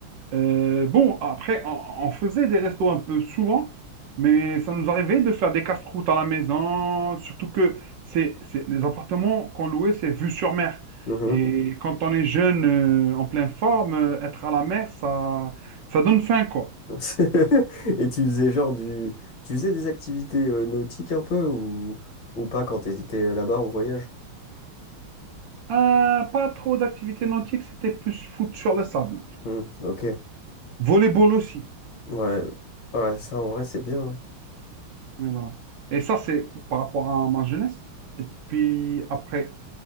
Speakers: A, on the right (about 70°); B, on the left (about 60°).
A: Euh, bon, après, on, on faisait des restos un peu souvent, mais ça nous arrivait de faire des casse-croûtes à la maison, surtout que c'est, c'est, les appartements qu'on louait, c'est vue sur mer.
B: Mhm.
A: Et quand on est jeune, euh, en pleine forme, euh, être à la mer, ça, ça donne faim, quoi.
B: <laughs> Et tu faisais genre du... Tu faisais des activités euh, nautiques un peu ou, ou pas quand t'étais là-bas en voyage?
A: Euh, pas trop d'activités nautiques, c'était plus foot sur le sable.
B: Hmm, ok,
A: Volleyball aussi.
B: ouais. Ouais, ça en vrai c'est bien. hein.
A: Oui, voilà. Et ça, c'est par rapport à ma jeunesse. Et puis après,